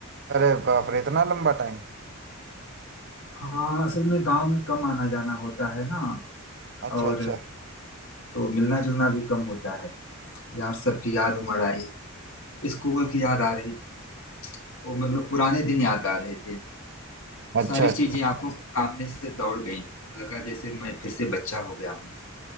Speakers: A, on the right; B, on the left.
A: अरे बाप रे इतना लंबा टाइम
B: हाँ असल में गांव में कम आना जाना होता है ना
A: अच्छा
B: और
A: अच्छा
B: तो मिलना जुलना भी कम होता है यार सबकी याद उमड़ आई स्कूल की याद आ रही वो मतलब पुराने दिन याद आ रहे थे
A: अच्छा
B: सारी
A: अच्छा।
B: चीजें आंखों के सामने से दौड़ गई लगा जैसे मैं फिर से बच्चा हो गया हूँ